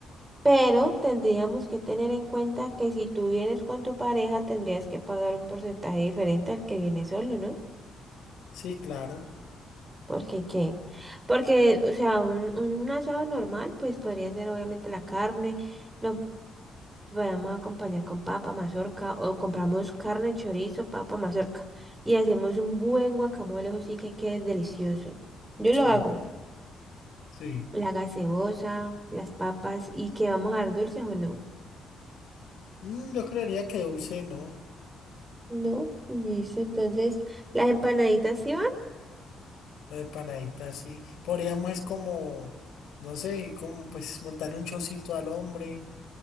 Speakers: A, on the right; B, on the left.
A: Pero tendríamos que tener en cuenta que si tú vienes con tu pareja, tendrías que pagar un porcentaje diferente al que viene solo, ¿no?
B: Sí, claro,
A: Porque qué? Porque, o sea, un, un asado normal, pues podría ser obviamente la carne, lo podemos acompañar con papa, mazorca, o compramos carne, chorizo, papa, mazorca, y hacemos un buen guacamole, ¿o sí que quede delicioso. Yo
B: sí,
A: lo hago,
B: sí.
A: la gaseosa, las papas, y que vamos a dar dulces o no.
B: Mm, yo creería que dulce, ¿no?
A: No, listo. Entonces, las empanaditas sí van,
B: La empanadita, sí. Podríamos es como, no sé, como pues montarle un chocito al hombre,